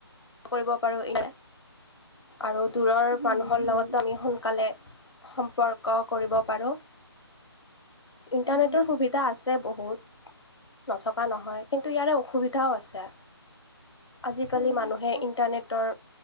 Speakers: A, on the left (about 80°); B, in the centre.
A: কৰিব পাৰো ই আৰু দূৰৰ
B: হুম,
A: মানুহৰ
B: হুম,
A: লগতো আমি সোনকালে সম্পৰ্ক কৰিব পাৰো। ইণ্টাৰনেটৰ
B: উম,
A: সুবিধা আছে বহুত। নথকা নহয় কিন্তু ইয়াৰে অসুবিধাও আছে আজিকালি
B: উম,
A: মানুহে
B: অ',
A: তৰ